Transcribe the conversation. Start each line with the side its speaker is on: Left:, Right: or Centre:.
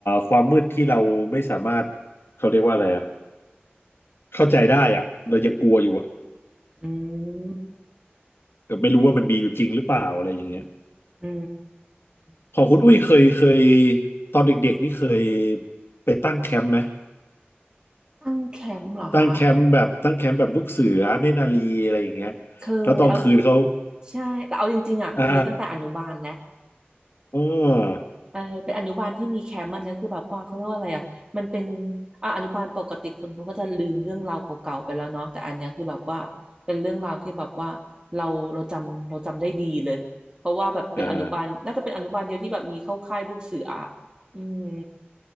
Left: ความมืดที่เราไม่สามารถเขาเรียกว่าอะไรอะ เข้าใจได้อ่ะเรายังกลัวอยู่อ่ะ
Right: อืม
Left: แต่ไม่รู้ว่ามันมีอยู่จริงหรือเปล่าอะไรอย่างเงี้ย
Right: อืม
Left: พอคุณอุ้ยเคยเคยตอนเด็กๆนี่เคยไปตั้งแคมป์ไหม
Right: ตั้งแคมป์เหรอคะ
Left: ตั้งแคมป์แบบตั้งแคมป์แบบลูกเสือเนตรนารีอะไรอย่างเงี้ย
Right: เคยเอา
Left: แล้วตอนคืนเขา
Right: ใช่แต่เอาจริงๆอ่ะเคยตั้งแต่อนุบาลแล้ว
Left: อ่าอ๋อ
Right: เออเป็นอนุบาลที่มีแคมป์อันเนี้ยคือแบบว่าเขาเรียกว่าอะไรอ่ะมันเป็นอ่ะอนุบาลปกติคนเขาก็จะลืมเรื่องราวเก่าๆไปแล้วเนาะแต่อันเนี้ยคือแบบว่าเป็นเรื่องราวที่แบบว่าเราเราจำเราจำได้ดีเลยเพราะว่าแบบเป็นอนุบาลน่าจะเป็นอนุบาลเดียวที่แบบมีเข้าค่ายลูกเสืออะอืม
Left: อ่า